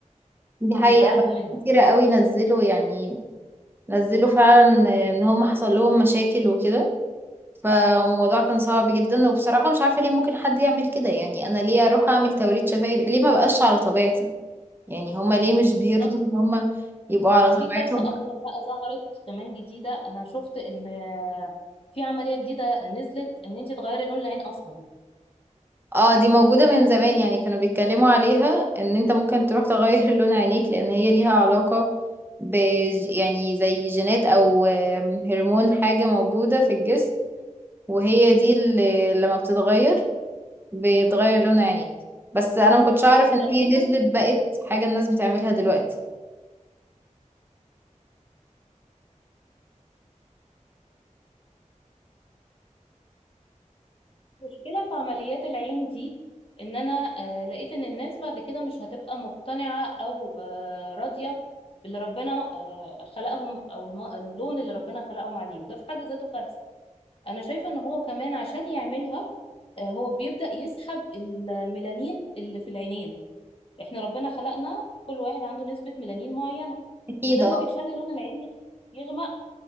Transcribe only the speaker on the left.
وبيتعالجوا
منها
بالظبط
هو في
كارثة أكبر بقى ظهرت كمان جديدة أنا شفت إن في عملية جديدة نزلت إن أنت تغيري لون العين أصلا
هو
تقريبا
مشكلة في عمليات العين دي ان انا آه لقيت ان الناس بعد كده مش هتبقى مقتنعة او آه راضية باللي ربنا آه خلقهم او الم- اللون اللي ربنا خلقهم عليه وده في حد ذاته كارثة انا شايفة ان هو كمان عشان يعملها آه هو بيبدأ يسحب الميلانين اللي في العينين احنا ربنا خلقنا كل واحد عنده نسبة ميلانين معينة
وده
اللي بيخلي لون العين يغمق